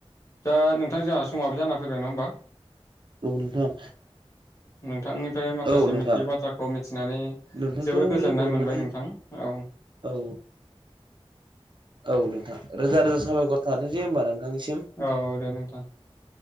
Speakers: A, on the left; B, on the right.
A: दा नोंथां जोंहा समाबो जाना फैबाय नङा होनबा।
B: अ नोंथां।
A: नोंथांनिफ्राय माखासे
B: औ नोंथां
A: मिथियै बाथ्राखौ मिथिनानै
B: नोंथांखौ
A: जोबोद गोजोननाय
B: लोगो मोननानै
A: मोनबाय नोंथां। औ।
B: औ। औ नोंथां रोजा रोजा साबायखर थाथसै होमबा नोंथांनिसिम।
A: औ दे नोंथां।